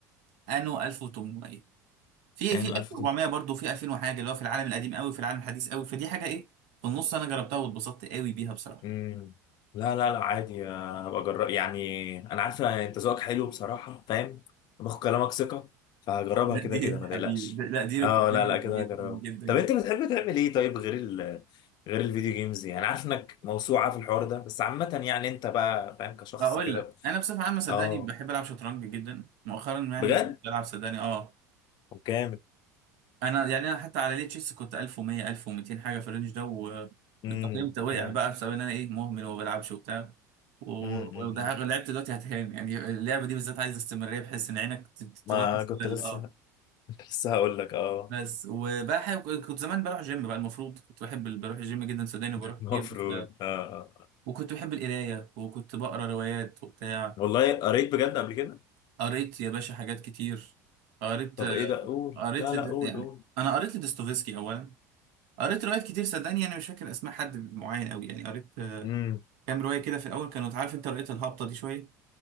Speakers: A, on the right; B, on the left.
A: انو 1800 في
B: يعني
A: في 1400
B: 1000
A: برضو في 2000 وحاجة اللي هو في العالم القديم قوي في العالم الحديث قوي فدي حاجة ايه في النص انا جربتها واتبسطت قوي بيها بصراحة
B: مم. لا لا لا عادي انا هبقى اجرب يعني انا عارف انت ذوقك حلو بصراحه فاهم باخد كلامك ثقه فهجربها
A: لا
B: كده
A: دي
B: كده ما
A: حبيبي
B: تقلقش
A: ده- لا دي
B: اه
A: ريكومندد
B: لا لا كده
A: جدا
B: هجربها
A: جدا
B: طب
A: جدا
B: انت بتحب تعمل ايه طيب غير ال غير الفيديو جيمز يعني عارف انك موسوعه في الحوار ده بس عامه يعني انت بقى فاهم كشخص
A: هقول
B: كده
A: لك انا بصفة عامة صدقني
B: اه
A: بحب العب شطرنج جدا مؤخرا يعني
B: بجد
A: بلعب صدقني اه
B: وكامل
A: انا يعني انا حتى على ليه تشيس كنت 1100 1200 حاجه في الرينج ده والتقييم
B: امم
A: ده وقع
B: امم
A: بقى بسبب ان انا ايه مهمل وما بلعبش وبتاع و-
B: امم
A: ولو ده لعبت دلوقتي هتهان يعني اللعبه دي بالذات عايزه استمراريه بحيث ان عينك ت- ت- تلاحظ
B: ما كنت
A: كده اللي-
B: لسه
A: اه
B: <laughs> كنت لسه هقول لك اه
A: بس وبقى حاجة كنت زمان بروح جيم بقى المفروض كنت بحب ال- بروح الجيم جدا صدقني وبروح
B: <laughs>
A: كتير
B: المفروض
A: بس
B: اه آه.
A: وكنت بحب القرايه وكنت بقرا روايات وبتاع
B: والله قريت بجد قبل كده
A: قريت يا باشا حاجات كتير قريت
B: طب ايه ده قول
A: قريت
B: لا لا
A: لد-
B: قول
A: يعني
B: قول
A: انا قريت لدوستويفسكي اولا قريت روايات كتير صدقني انا مش فاكر اسماء حد معين قوي يعني قريت آه،
B: امم
A: كام روايه كده في الاول كانوا عارف انت رؤيه الهابطه دي شويه